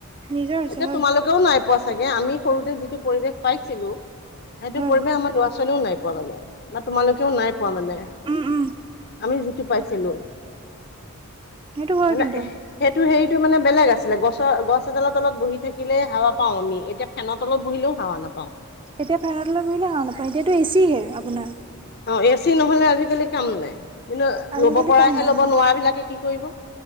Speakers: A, on the right; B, on the left.
A: নিজৰ হৈছে
B: এতিয়া
A: হয়
B: তোমালোকে নাই পোৱা চাগে আমি সৰুতে যিটো পৰিবেশ পাইছিলো সেইটো
A: হয়
B: পৰিবেশ আমাৰ ল'ৰা ছোৱালীও নাই মানে বা তোমালোকেও নাই পোৱা মানে
A: উম উম
B: আমি যিটো পাইছিলো
A: সেইটো হয়
B: মানে
A: কিন্তু
B: সেইটো হেৰিতটো মানে বেলেগ আছিলে গছৰ গছ এডালৰ তলত বহি থাকিলে হাৱা পাওঁ আমি এতিয়া ফেন তলত বহিলেও হাৱা নাপাওঁ।
A: এতিয়া ফেন তলত বহিলেও হাৱা নাপায় এতিয়াতো এ চিহে আপোনাৰ।
B: অঁ, এ চি নহলে আজিকালি কাম নাই কিন্তু
A: আজিকালি
B: লব পৰাহে
A: কাম নাই
B: ল'ব
A: হয়
B: নোৱাৰ বিলাকে কি কৰিব?